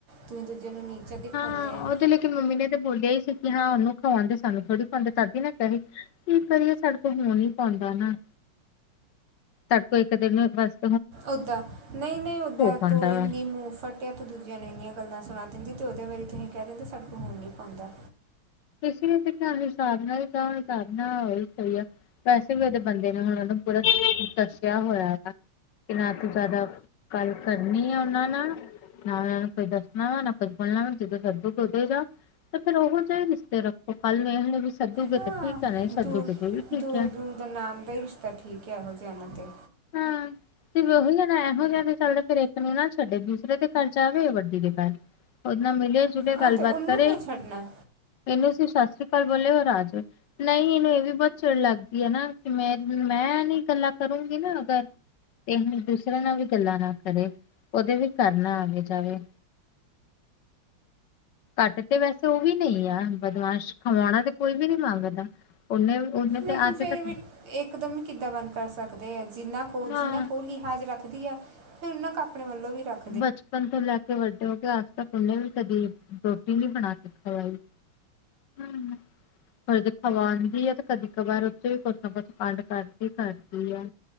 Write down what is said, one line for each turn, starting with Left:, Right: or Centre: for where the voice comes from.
Right: ਤੁਸੀਂ ਦੂਜਿਆਂ ਨੂੰ ਨੇਚਰ ਦਿਖਾਦੇ
Left: ਹਾਂ,
Right: ਹੈ
Left: ਉਹ ਲੇਕਿਨ ਤੇ ਮੰਮੀ ਨੇ ਤੇ ਬੋਲਿਆ ਹੀ ਸੀ ਕਿ ਹਾਂ ਉਹਨੂੰ ਖਵਾਉਂਦੇ ਸਾਨੂੰ ਥੋੜ੍ਹੀ ਨਾ ਕਹੀ ਕੀ ਕਰੀਏ ਸਾਡੇ ਕੋਲ ਹੋਣ ਹੀ ਪਾਂਦਾ ਨਾ, ਸਾਡੇ ਕੋਲ ਇੱਕ ਦਿਨ ਬਸ
Right: ਓਦਾਂ, ਨਹੀਂ ਨਹੀਂ ਓਦਾਂ
Left: ਪਾਉਂਦਾ
Right: ਤੂੰ ਇੰਨੀ
Left: ਵਾ।
Right: ਮੂੰ ਫਟ ਏ ਤਾਂ ਦੂਜਿਆਂ ਨੂੰ ਇੰਨੀਆਂ ਗੱਲਾਂ ਸੁਣਾ ਦਿੰਦੀ, ਤੇ ਉਹਦੇ ਬਾਰੇ ਤੁਸੀਂ ਕਹਿ ਦਿੰਦੇ ਸਾਡੇ ਕੋਲ ਹੋਣ ਨਹੀਂ ਪਾਉਂਦਾ
Left: ਇਸ ਲਈ ਤੇ, ਧਨ ਹਿਸਾਬ ਨਾਲ ਹੀ। ਤਾਂ ਹਿਸਾਬ ਨਾਲ, ਔਹੀ ਸਹੀ ਏ। ਵੈਸੇ ਵੀ, ਉਹਦੇ ਬੰਦੇ ਨੇ, ਹੁਣ ਉਹਨੂੰ ਪੂਰਾ ਦੱਸਿਆ ਹੋਇਆ ਵਾ। ਕਿ ਨਾ, ਤੂੰ ਜ਼ਿਆਦਾ, ਗੱਲ ਕਰਨੀ ਆ। ਉਹਨਾਂ ਨਾਲ। ਨਾ ਉਹਨਾਂ ਨੂੰ, ਕੋਈ ਦੱਸਣਾ, ਨਾ ਕੋਈ ਬੋਲਣਾ, ਜਦੋਂ ਸਦੂਕ ਉਦੇ ਜਾਔ। ਤੇ ਫੇਰ ਉਹ ਜਿਹੀ। ਤੇ ਰੱਖੋ ਕਲ ਇਹ ਵੀ ਸੱਦੂਗੇ
Right: ਹਾਂ
Left: ਤੇ ਠੀਕ ਐ, ਨਈਂ ਸੱਦੂਗੇ
Right: ਦੂਰ
Left: ਤੇ ਵੀ ਠੀਕ
Right: ਦੂਰ
Left: ਐ।
Right: ਦੂਰ ਨਾਮ ਦਾ ਹੀ ਰਿਸ਼ਤਾ ਠੀਕ ਹੈ ਇਹੋ ਜਿਹਾ ਨਾਂ ਤੇ
Left: ਹਾਂ ਤੇ ਵਹੀ ਏਨਾ ਏਹੋ ਜਾਆ ਦੇ ਚੱਲ ਦੇ ਇਕ ਨੂੰ ਛਡੇ ਦੂਸਰੇ ਦੇ ਘਰ ਜਾਵੇ ਵਡੀ ਦੇ ਘਰ ਉਦ ਨਾਲ ਮਿਲੇ ਜੁਲੇ
Right: ਹਾਂ
Left: ਗੱਲਬਤ
Right: ਤੇ ਉਹਨੂੰ
Left: ਕਰੇ
Right: ਕਿਉਂ ਛੱਡਣਾ
Left: ਏਨੂ ਤੁਸੀਂ ਸਤਿ ਸ੍ਰੀ ਅਕਾਲ ਬੋਲੇਉ ਔਰ ਆਜਾਉ। ਨਹੀਂ ਇਹਨੂੰ ਇਹ ਵੀ ਬਹੁਤ ਚਿੜ ਲੱਗਦੀ ਹੈ ਨਾ ਕਿ ਮੈਂ ਮੈਨਹੀਂ ਗੱਲਾਂ ਕਰੂੰਗੀ ਨਾ ਅਗਰ ਤੇ ਹੁਣ ਦੂਸਰੇਿਆਂ ਨਾਲ ਵੀ ਗੱਲਾਂ ਨਾ ਕਰੇ ਉਹਦੇ ਵੀ ਘਰ ਨਾ ਆਵੇ ਜਾਵੇ ਘੱਟ ਤੇ ਵੈਸੇ ਉਹ ਵੀ ਨਹੀਂ ਆ ਬਦਮਾਸ਼ ਖਵਾਉਣਾ ਤੇ ਕੋਈ ਵੀ ਨੀ ਮੰਗਦਾ ਉਹਨੇ ਉਹਨੇ ਤੇ
Right: ਲੇਕਿਨ
Left: ਅੱਜ
Right: ਫੇਰ
Left: ਤੱਕ
Right: ਵੀ ਇੱਕ ਦਮ ਕਿੱਦਾਂ ਬੰਦ ਕਰ ਸਕਦੇ ਆ ਜਿੰਨਾ ਕੋ
Left: ਹਾਂ
Right: ਜਿੰਨਾ ਕੋ ਲਿਹਾਜ਼ ਰੱਖ ਰੱਖਦੀ ਆ, ਫੇਰ, ਉਹਨਾਂ ਕ ਆਪਣੇ ਵੱਲੋਂ ਵੀ ਰੱਖ।
Left: ਬਚਪਨ ਤੋਂ, ਲੈ ਕੇ ਵੱਡੇ ਹੋ ਗਏ। ਆਜ ਤੱਕ ਉਹਨੇ ਵੀ, ਕਦੀ ਰੋਟੀ ਨਹੀਂ, ਬਣਾ ਕੇ ਖਵਾਈ। ਹਮ <inaudible> ਹਰ ਜੇ ਖਵਾਉਂਦੀ ਐ ਤੇ ਕਦੀ-ਕਵਾਰ ਉੱਥੇ ਵੀ ਕੁਛ ਨਾਂ ਕੁਛ ਕਾਂਡ ਕਰਦੀ ਕਰਦੀ ਆ।